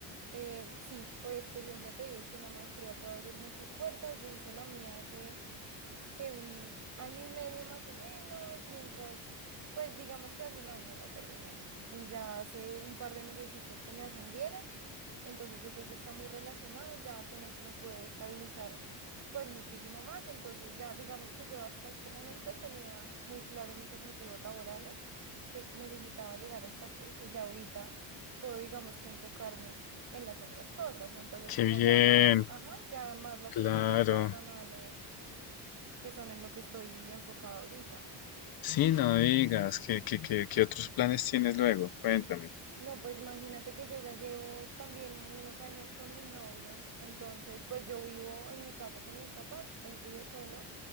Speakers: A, on the right (about 40°); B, on the left (about 55°).
A: eh, sí, por experiencia te digo que una maestría puede abrir muchas puertas, yo hice la mía hace que un año y medio más o menos, mientras, pues digamos que hace un año la terminé y ya hace un par de mesecitos que me ascendieron, entonces yo creo que está muy relacionado, ya con eso me pude estabilizar pues muchísimo más, entonces ya digamos que yo hasta este momento tenía muy claro mis objetivos laborales, que necesitaba llegar hasta aquí y ya ahorita puedo digamos que enfocarme en las otras cosas, entonces
B: Qué
A: como
B: bien,
A: ya más, ajá, ya más las
B: claro.
A: cositas personales que son en lo que estoy enfocada ahorita.
B: Sí, no digas. ¿Qué, qué, qué, qué otros planes tienes luego? Cuéntame.
A: No, pues imagínate que yo ya llevo también unos años con mi novio, entonces pues yo vivo en mi casa con mis papás, él vive solo,